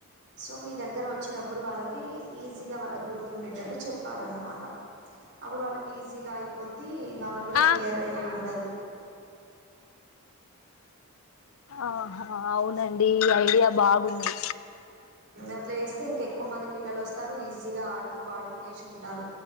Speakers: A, on the right (about 50°); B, on the left (about 65°).
A: సో మీ దగ్గర వచ్చినప్పుడు వాళ్ళకి ఈజీగా వాళ్ళ గుర్తు ఉండేటట్టు చెప్పాలన్నమాట అప్పుడు వాళ్ళకి ఈజీగా అయిపోద్ది వాళ్ళకు కూడా
B: ఆ
A: ఫియర్ అనేది ఉండదు
B: ఆహా అవునండి ఈ ఐడియా బాగుంది
A: అట్లా వేస్తే ఇంక ఎక్కువ మంది పిల్లలు వస్తారు ఈజీగా ఆడుతూ పాడుతూ నేర్చుకుంటారు